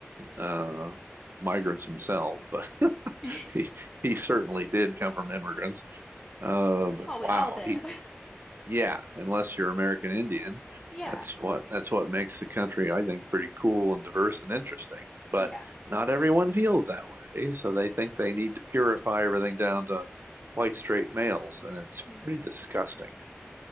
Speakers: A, on the right; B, on the left.
A: uh, migrants himself, but
B: <laughs>
A: he he certainly did come from immigrants. Uh, but
B: Well, we
A: wow,
B: all did.
A: he
B: <laughs>
A: yeah, unless you're American Indian,
B: Yeah.
A: that's what that's what makes the country, I think, pretty cool and diverse and interesting. But
B: Yeah.
A: not everyone feels that way, so they think they need to purify everything down to white straight males, and it's
B: Mhm.
A: pretty disgusting.